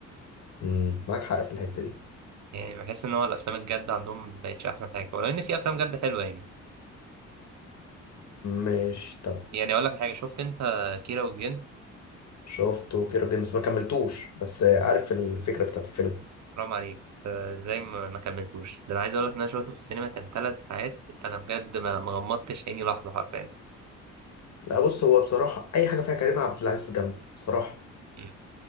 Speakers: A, on the left; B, on the right.
A: امم معاك حق في الحتة دي
B: يعني بحس ان هو الافلام الجد عندهم مبقتش احسن حاجه ولو ان في افلام جد حلوه يعني
A: ماشي طب
B: يعني اقول لك حاجه شفت انت كيرة والجن
A: شفته كيرة جيمس ما كملتوش بس عارف الفكرة بتاعت الفيلم
B: حرام عليك آه، ازاي ما ما كملتوش ده انا عايز اقول لك ان انا شفته في السينما كان ثلاث ساعات انا بجد ما ما غمضتش عيني لحظه حرفيا
A: لا بص هو بصراحة اي حاجة فيها كريم عبد العزيز جامد بصراحة
B: مم.